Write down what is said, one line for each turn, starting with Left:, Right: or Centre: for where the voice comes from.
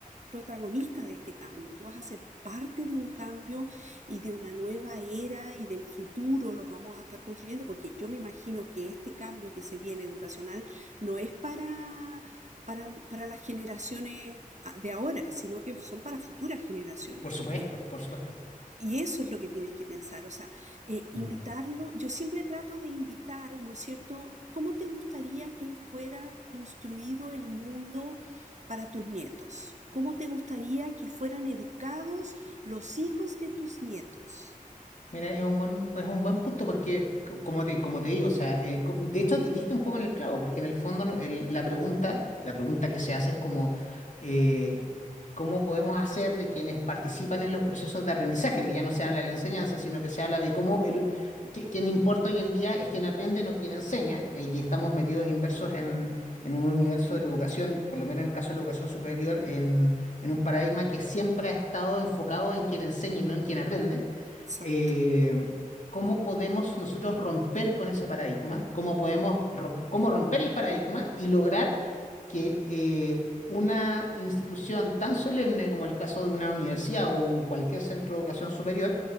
Right: protagonista de este cambio, tú vas a ser parte de un cambio y de una nueva era y del futuro los vamos a estar construyendo, porque yo me imagino que este cambio que se viene educacional no es para, para, para las generaciones de ahora, sino que son para futuras generaciones,
Left: Por
Right: porque
Left: supuesto, por supuesto.
Right: y eso es lo que tienes que pensar, o sea, eh, invitarlo,
Left: Mm.
Right: yo siempre trato de invitar, ¿no es cierto? ¿Cómo te gustaría que fuera construido el mundo para tus nietos? ¿Cómo te gustaría que fueran educados los hijos de tus nietos?
Left: Mira, es un buen, es un buen punto porque, co- como te, como te digo, o sea, eh, co- de hecho te diste un poco en el clavo, porque en el fondo no- el- la pregunta, la pregunta que se hace es como, eh, ¿cómo podemos hacer de quienes participan en los procesos de aprendizaje? Porque ya no se habla de la enseñanza, sino que se habla de cómo el, que- quien importa hoy en día es quien aprende, no quien enseña, eh, y estamos metidos inversos en, en un universo de la educación, por lo menos en el caso de la educación superior, en, en un paradigma que siempre ha estado enfocado en quien enseña y no en quien aprende
Right: Exacto.
Left: eh, cómo podemos nosotros romper con ese paradigma, cómo podemos rom- cómo romper el paradigma y lograr que eh, una institución tan solemne como el caso de una universidad o un- cualquier centro de educación superior,